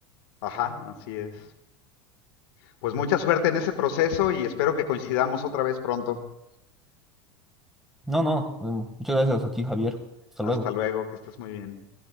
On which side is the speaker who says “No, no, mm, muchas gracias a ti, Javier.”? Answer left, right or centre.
Centre